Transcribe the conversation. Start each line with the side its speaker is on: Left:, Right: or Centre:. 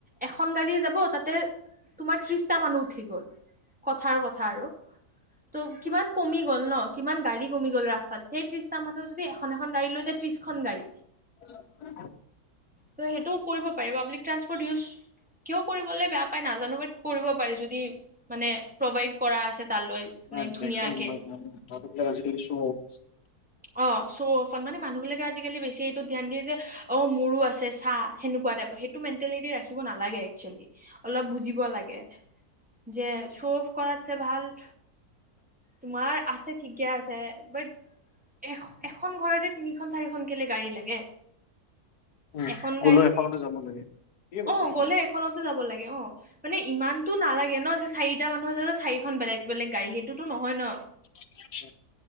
Centre: এখন গাড়ীয়েই যাব তাতে তোমাৰ ত্ৰিশ টা মানুহ উঠি গ'ল কথাৰ, কথা আৰু ত' কিমান কমি গ'ল ন, কিমান গাড়ী কমি গ'ল ৰাস্তাত সেই ত্ৰিশটা মানুহ যদি এখন এখন গাড়ী লৈ যায় ত্ৰিশ খন গাড়ী
Left: <unintelligible>
Centre: ত' সেইটো কৰিব পাৰিব আপুনি ট্ৰানসপৰ্ট ইউজ কিয় কৰিবলৈ বেয়া পায় নাজানো বাদ কৰিব পাৰি যদি মানে প্ৰভাইড কৰা আছে তালৈ মানে
Left: <unintelligible>
Centre: ধুনীয়াকে অ' চ' অফট, মানে মানুহ বিলাকে আজিকালি বেছি এইটো ধ্যান দিয়ে যে অ' মোৰো আছে চাহ সেনেকুৱা টাইপৰ সেই টো মেন্তেলিতী ৰাখিব নালাগে একচুৱেলি অলপ বুজিব লাগে যে চ' অফ কৰাতছে ভাল তোমাৰ আছে ঠিকে আছে বাট এ' এখন ঘৰতে তিনিখন চাৰিখন কেলে গাড়ী লাগে?
Left: উম,
Centre: এখন
Left: গ'লেও
Centre: গাড়ী,
Left: এখনতে যাব লাগে। ঠিকে কৈছা
Centre: অ'
Left: তুমি।
Centre: গ'লে এখনতে যাব লাগে অ' মানে ইমানতো নালাগে ন' যে চাৰিটা মানুহৰ যে চাৰিখন বেলেগ বেলেগ গাড়ী সেইটোতো নহয় ন
Left: <inaudible>